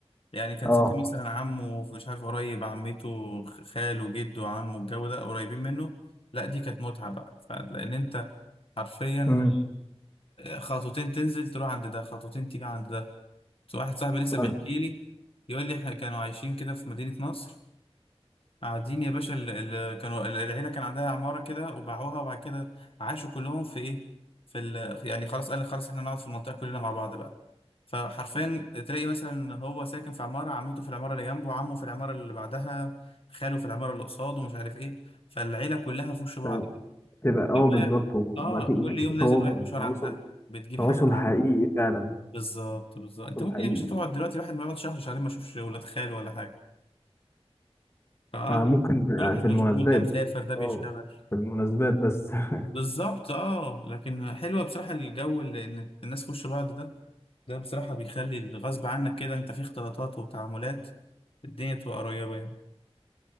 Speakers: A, on the left; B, on the left.
A: يعني كان
B: اه
A: ساكن مثلا عمه في مش عارف قريب عمته خ- خاله جده عمه الجو ده قريبين منه لا دي كانت متعة بقى ف... لأن أنت حرفيا
B: امم
A: خطوتين تنزل تروح عند ده خطوتين تيجي عند ده بس واحد صاحبي لسه
B: فعلا
A: بيحكي لي يقول لي إحنا كانوا عايشين كده في مدينة نصر قاعدين يا باشا ال- ال- كانوا ال- العيلة كان عندها عمارة كده وباعوها وبعد كده عاشوا كلهم في ايه في ال يعني خلاص قال لك خلاص احنا نقعد في المنطقة كلنا مع بعض بقى فحرفيا تلاقي مثلا هو ساكن في عمارة عمته في العمارة اللي جنبه عمه في العمارة اللي بعدها خاله في العمارة اللي قصاده ومش عارف ايه فالعيلة كلها في وش بعض
B: فعلا. تبقى اه
A: <laughs>
B: بالظبط وما
A: اه
B: في
A: كل
B: كان
A: يوم
B: في تواصل
A: نازل رايح مشوار
B: تواصل
A: عندها بتجيب
B: تواصل
A: حاجة من
B: حقيقي
A: عندها
B: فعلا
A: بالظبط بالظبط انت
B: تواصل
A: ممكن
B: حقيقي
A: يا باشا تقعد دلوقتي الواحد ما يقعد شهر شهرين ما يشوفش ولاد خاله ولا حاجة فاه
B: يعني ممكن في
A: كل واحد
B: في
A: مشغول
B: المناسبات
A: ده مسافر ده بيشتغل
B: اه في المناسبات بس <laughs>
A: بالظبط اه لكن حلوه بصراحه الجو اللي ان الناس في وش بعض ده ده بصراحه بيخلي الغصب عنك كده انت في اختلاطات وتعاملات الدنيا تبقى قريبه يعني